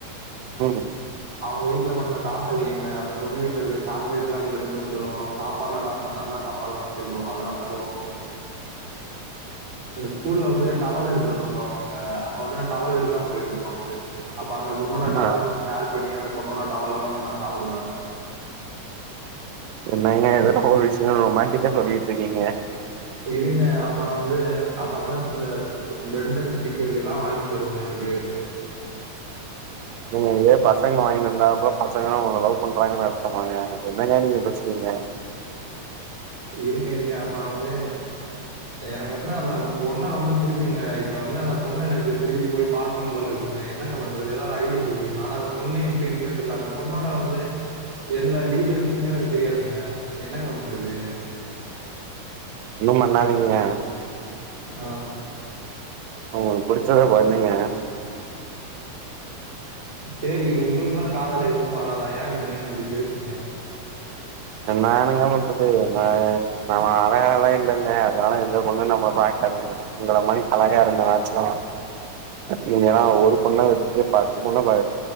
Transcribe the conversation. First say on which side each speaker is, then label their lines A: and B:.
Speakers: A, on the right (about 80°); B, on the right (about 25°).
A: ம்
B: அவுங்க வீட்ல கொஞ்சோ காசு அதிகங்க அந்த பொண்ணு வீட்டுலயிருக்க சாக்லேட்லா அன்னைக் எடுத்வந் தரு சாப்பாடெல்லா அங்க நல்லா சாப்பாட்லா வெச்சிருக்கு அதெல்லா தரு இந்த ஸ்கூல்ல வந்து டவல் எடுத்துட்டு வர சொல்லுவாங்கங்க அப்ப வந்து நா டவல் எடுக்காம போயிருவே மறந்து அப்ப அந்த பொண்ணோட டவல
A: ஆ
B: ஷேர் பண்ணி அந்த பொண்ணோட டவல்ல தாங்க நா சாப்டுவ
A: என்னங்க இதெல்லா ஒரு விஷியோ ரொமேண்டிக்கா சொல்லிட்ருக்கீங்க
B: இருங்க அப்றோ வந்து அப்பப்ப இந்த பெண்டன் ஸ்டிக்கர் இதலா வாங்கிதருங்க எனக்கு
A: நீங்க இதே பசங்க வாங்கினுவந்தா கூட பசங்களா உங்கள லவ் பண்றாங்கன் அர்த்தமாங்க என்னங்க நீங்க பேசுறீங்க
B: இருங்க இருங்க அப்றோ வந்து எனக்கு வந்து அந்த பொண்ண ரொம்ப புடிக்குங்க இப்ப வந்து அந்த பொண்ண எனக்கு திருப்பி போய் பாக்கணும் போல இருக்குங்க என்னங்க பண்றது ஏதாவது ஒரு ஐடியா சொல்றீங்ளா ஆனா அந்த பொண்ணு எப்டி இருக்குனு தெரில அந்த பொண்ணோட வந்து எந்த டீட்டெயில்ஸூமே எனக்கு தெரியாதுங்க என்னங்க பண்றது
A: ஒன்னும் பண்ணாதீங்க
B: ஆ
A: உங்களுக்கு புடுச்சத பண்ணுங்க
B: சேரி உங்களுக்கெல்லா காதல் எதுமே வராதா ஏ நீங்க ஏ இப்டி பேசுறீங்க
A: என்னானுங்க லவ் பன்றது என்ன நா அழகலா இல்லங்க அதனால எந்த பொண்ணு நம்ள பா குதுங்க உங்கள மானி அழகா இருந்தனாச்சு அ நீங்களா ஒரு பொண்ண விட்டுட்டு பத்து பொண்ண பா